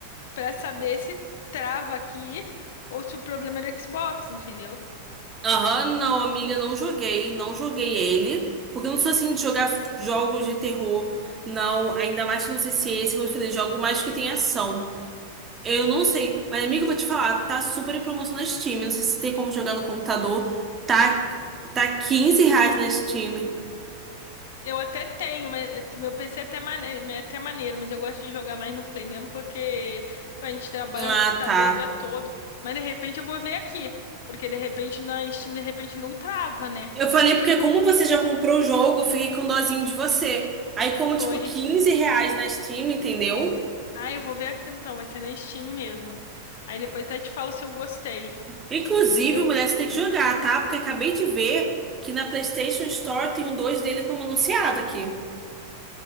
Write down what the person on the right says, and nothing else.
aham, não, amiga, não joguei. Não joguei ele. Porque eu não sou assim de jogar jogos de terror. Não, ainda mais que eu não sei se é esse, como eu falei, jogo mais que tem ação. Eu não sei. Mas, amiga, eu vou te falar, tá super em promoção na Steam. Eu Não sei se tem como jogar no computador. Tá, tá 15 reais na Steam.
Ah,
tá.
Eu falei porque como você já comprou o jogo, eu fiquei com dozinho de você. Aí como,
tipo, 15 reais na Steam, entendeu?
Inclusive,
mulher, você tem que jogar, tá? Porque acabei de ver que na PlayStation Store tem um 2 dele como anunciado aqui.